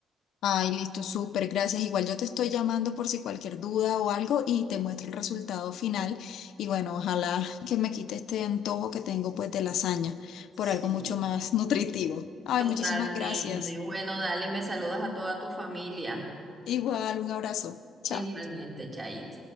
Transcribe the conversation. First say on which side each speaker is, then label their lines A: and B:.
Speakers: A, on the left (about 75°); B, on the right (about 20°).
A: Ay, listo, súper, gracias. Igual yo te estoy llamando por si cualquier duda o algo y te muestro el resultado final. Y bueno, ojalá que me quite este antojo que tengo pues de lasaña
B: Sí.
A: por algo mucho más <laughs> nutritivo. Ay,
B: Totalmente.
A: muchísimas gracias.
B: Bueno, dale, me saludas a toda tu familia.
A: Igual, un abrazo. Chao.
B: Igualmente, Chait.